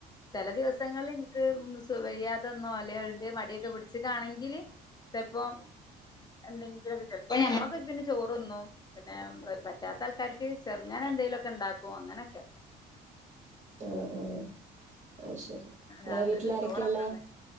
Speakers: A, on the left (about 25°); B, on the right (about 45°).
A: ചില ദിവസങ്ങള എനിക്ക് സുബ്ഹായാത്തൊന്നോ അല്ലെ ഒഴി മടിയൊക്കെ പിടിച്ച കാണെങ്കില് ചെലപ്പോ എന്തെങ്കിലൊക്കെ ചല്പ്പോ ഞമ്മക്ക് പിന്നെ ചോറൊന്നും പിന്നെ പറ്റാത്ത ആൾക്കാർ ചെരുങ്ങനെ എന്തേലുമൊക്കെ ഉണ്ടാക്കോ അങ്ങനെയൊക്കെ
B: ആഹ് ആഹ് അത് ശരി നിങ്ങളെ
A: രാത്രിയില്
B: വീട്ടിൽആ
A: ചോറന്നാണ്
B: രൊക്കെയ ഉള്ള